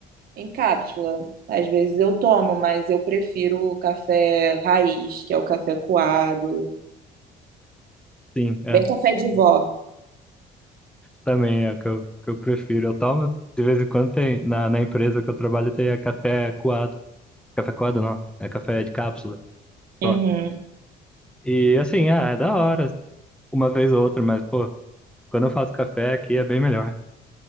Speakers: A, on the right; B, in the centre.
A: em cápsula. Às vezes eu tomo, mas eu prefiro o café raiz, que é o café coado,
B: Sim, é.
A: bem café de vó.
B: Também é o que eu, que eu prefiro. Eu tomo, de vez em quando tem, na, na empresa que eu trabalho tem é café coado. Café coado não, é café de cápsula
A: Uhum.
B: só. E assim, ah, é da hora, uma vez ou outra, mas pô, quando eu faço café aqui é bem melhor.